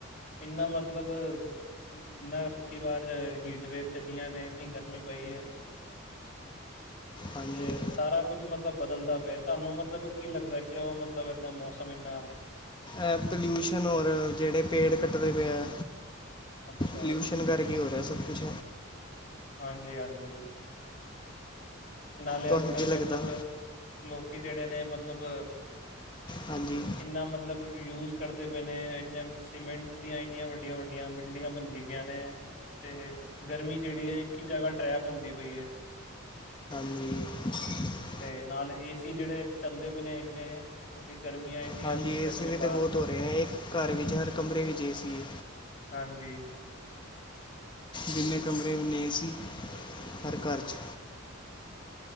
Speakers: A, on the left (about 40°); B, on the left (about 20°).
A: ਇੰਨਾ ਮਤਲਬ ਇੰਨਾ ਰਾਤ ਵਾਰ ਹੀਟਵੇਵ ਚੱਲੀਆਂ ਨੇ ਇੰਨੀ ਗਰਮੀ ਪਈ ਏ।
B: ਹਾਂਜੀ
A: ਤੇ ਸਾਰਾ ਕੁਛ ਮਤਲਬ ਬਦਲਦਾ ਪਿਆ ਐ ਤੁਹਾਨੂੰ ਮਤਲਬ ਕੀ ਲੱਗਦਾ ਐ ਕਿਓ ਮਤਲਬ ਏਦਾਂ ਮੌਸਮ ਏਨਾ
B: ਐ ਪਲਿਊਸ਼ਨ ਔਰ ਜੇਹੜੇ ਪੇੜ ਕੱਟਦੇ ਪਏ ਐ,
A: ਅੱਛਾ
B: ਪਲਿਊਸ਼ਨ ਕਰਕੇ ਈ ਹੋ ਰਿਹਾ ਸਭ ਕੁਛ।
A: ਹਾਂਜੀ-ਹਾਂਜੀ, ਨਾਲੇ
B: ਤੁਹਾਨੂੰ
A: ਅੱਜ ਕੱਲ
B: ਕੀ ਲੱਗਦਾ
A: ਮਤਲਬ। ਲੋਕੀ ਜਿਹੜੇ ਨੇ ਮਤਲਬ
B: ਹਾਂਜੀ।
A: ਇੰਨਾ ਮਤਲਬ ਯੂਜ ਕਰਦੇ ਪਏ ਨੇ, ਇੰਨੇ ਸੀਮੈਂਟ ਦੀਆਂ ਇੰਨੀਆਂ ਵੱਡੀਆਂ- ਵੱਡੀਆਂ ਬਿਲਡਿੰਗਾਂ ਬਣਦੀ ਪਈਆਂ ਨੇ। ਤੇ ਗਰਮੀ ਜਿਹੜੀ ਏ, ਇੱਕ ਹੀ ਜਗ੍ਹਾ ਟਰੈਪ ਹੁੰਦੀ ਪਈ ਏ।
B: ਹੂੰ।
A: ਤੇ ਨਾਲ ਏਸੀ ਜਿਹੜੇ ਚੱਲਦੇ ਪਏ ਨੇ, ਇੰਨੇ ਉਹਦੀ ਗਰਮੀਆਂ। ਇੰਨੀਆਂ
B: ਹਾਂਜੀ
A: ਸੁੱਟਦੇ
B: ਏਸੀ
A: ਪਏ ਨੇ
B: ਵੀ
A: ਬਾਹਰ
B: ਤਾਂ ਬਹੁਤ ਹੋ ਰਹੇ ਨੇ, ਇੱਕ ਘਰ ਵਿੱਚ ਹਰ ਕਮਰੇ ਵਿੱਚ ਏ ਸੀ ਏ।
A: ਹਾਂਜੀ। ਤੇ
B: ਜਿੰਨੇ ਕਮਰੇ ਉਹਨੇ ਏ ਸੀ, ਹਰ ਘਰ 'ਚ।